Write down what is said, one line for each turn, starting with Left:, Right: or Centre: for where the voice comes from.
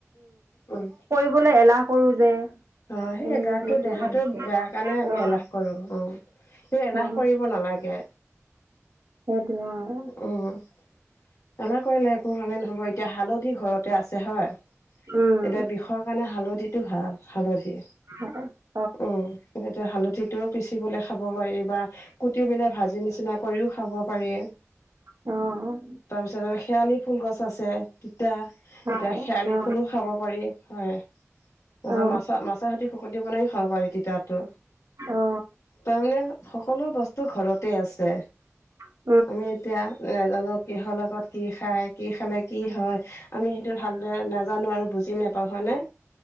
Left: উম।
Right: বোলে এলাহ কৰো যে।
Left: অ, সেই
Right: এই
Left: গাটো
Right: সেইটোৱে
Left: দেহাটো
Right: হৈছে
Left: বেয়া কাৰণে আমি
Right: অ
Left: এলাহ কৰো, অঁ। সেই এলাহ
Right: অ
Left: কৰিব নালাগে।
Right: সেইটোৱে অঁ।
Left: উম' এলাহ কৰিলে একো কাৰণে না- নহব, এতিয়া হালধি ঘৰতে আছে হয়,
Right: উম
Left: এতিয়া বিষ- ষৰ কাৰণে হালধিটো ভাল হালধি।
Right: <unintelligible>
Left: উম, এইটোৱে হালধিটোও পিচিবলে খাব পাৰি বা- কুটি পেলাই ভাজি নিচিনা কৰিও খাব পাৰি।
Right: অঁ'।
Left: তাৰপিছত আৰু শেৱালি- ফুল গছ আছে তিতা,
Right: হয়
Left: এতিয়া শেৱালি
Right: অ
Left: ফুলো খাব পাৰি হয়। তাছত
Right: অ
Left: মাছ মাছৰ সেতি শোকতি বনাইও খাব পাৰি তিতাতো।
Right: অ
Left: তাৰমানে সকলো বস্তু ঘৰতেই আছে।
Right: অঁ'।
Left: আমি এতিয়া নেজানো কিহৰ লগত কি খায়? কি খালে কি হয়? আমি সেইটো ভালদৰে নাজানো আৰু বুজি নাপাওঁ হয় নে?